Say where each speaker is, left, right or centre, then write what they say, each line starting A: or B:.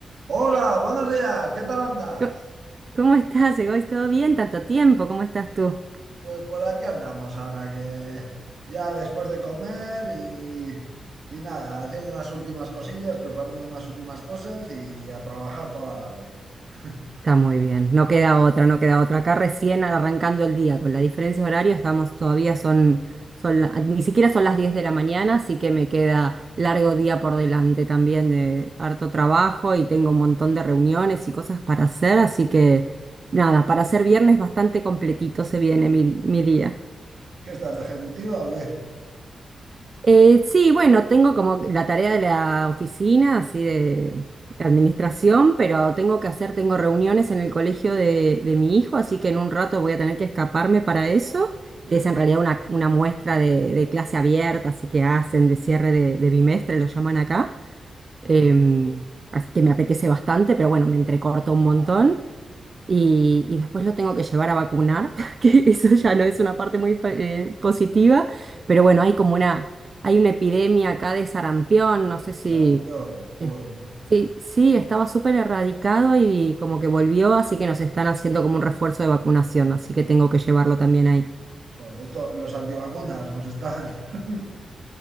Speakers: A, on the right; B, on the right.
A: Hola, buenos días, ¿qué tal andas?
B: Co- ¿Cómo estás, Egois? ¿Todo bien? Tanto tiempo, ¿cómo estás tú?
A: Pues por aquí andamos ahora que ya después de comer y, y nada, haciendo unas últimas cosillas, preparando unas últimas cosas y a trabajar toda la tarde. <laughs>
B: Está muy bien, no queda otra, no queda otra. Acá recién arrancando el día, con la diferencia horaria, estamos todavía son, son la- ni siquiera son las 10 de la mañana, así que me queda largo día por delante también de harto trabajo y tengo un montón de reuniones y cosas para hacer, así que nada, para
A: ¿Eh?
B: ser viernes bastante completito se viene mi, mi día.
A: ¿Qué estás, de ejecutiva o qué?
B: Eh, sí, bueno, tengo como la tarea de la oficina, así de administración, pero tengo que hacer, tengo reuniones en el colegio de, de mi hijo, así que en un rato voy a tener que escaparme para eso,
A: <laughs>
B: que es en realidad una, una muestra de, de clase abierta, así que hacen de cierre de, de bimestre, lo llaman acá. Em, así que me apetece bastante, pero bueno, me entrecorto un montón
A: Oh. Ah,
B: y, y después lo tengo que llevar a vacunar, <laughs> que eso ya no es una parte muy eh, positiva, pero bueno, hay como una, hay una epidemia acá de sarampión, no sé si,
A: Sarampión, joder,
B: es-
A: ¿no?
B: sí, sí, estaba súper erradicado y como que volvió, así que nos están haciendo como un refuerzo de vacunación,
A: Claro.
B: así que tengo que llevarlo también ahí.
A: Joder, esto, los antivacunas nos están. <laughs>